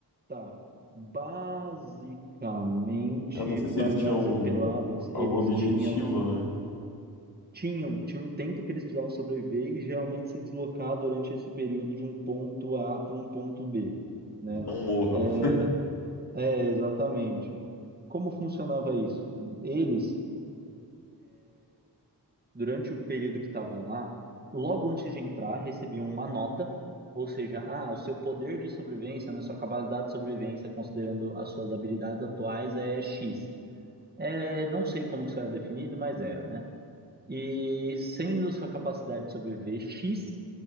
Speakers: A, on the right (about 25°); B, on the left (about 65°).
A: tá. Basicamente,
B: Eu não sei
A: largados
B: se eles tinham
A: e pelados, eles
B: algum objetivo,
A: tinham.
B: né?
A: Tinham, tinha um tempo que eles precisavam sobreviver e geralmente se deslocar durante esse período de um ponto A para um ponto B, né?
B: Não morram.
A: É, é, exatamente. Como funcionava isso? Eles durante o período que estavam lá, logo antes de entrar, recebiam uma nota, ou seja, ah, o seu poder de sobrevivência, né, sua capacidade de sobrevivência, considerando as suas habilidades atuais, é X. É, não sei como que isso era definido, mas era, né? E sendo sua capacidade de sobreviver X,